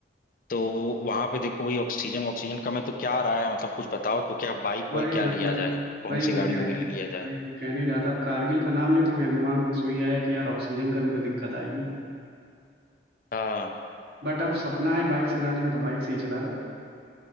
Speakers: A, on the left; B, on the right.
A: तो वहां पे देखो वही ऑक्सीजन ऑक्सीजन कम है तो क्या
B: बस
A: आ रहा है मतलब कुछ बताओ तो क्या बाइक
B: वही
A: वाइक क्या
B: वही
A: लिया
B: मैं
A: जाए कौन
B: वही
A: सी
B: मैं
A: गाड़ी
B: कहने
A: वगैरह लिया जाए
B: वही मैं कहने जाता अब कारगिल का नाम लिया तो मेरे दिमाग में बस वही आया कि यार ऑक्सीजन का भी तो दिक्कत आएगी
A: हाँ
B: बट अब सपना है बाइक से जाने का तो बाइक से ही चला जाएगा